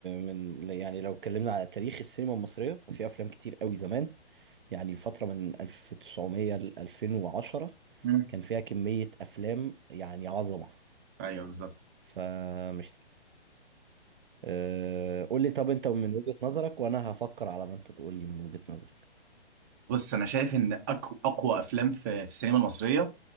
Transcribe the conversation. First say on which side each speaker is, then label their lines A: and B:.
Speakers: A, on the right; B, on the right.
A: من يعني لو اتكلمنا على تاريخ السينما المصريه ففي افلام كتير أوي زمان يعني الفتره من 1900 ل 2010
B: مم.
A: كان فيها كميه افلام يعني عظمه
B: ايوه بالظبط
A: فمش سهل. أه قول لي طب انت من وجهه نظرك وانا هفكر على ما انت تقول لي من وجهه نظرك
B: بص انا شايف ان أك- اقوى افلام في في السينما المصريه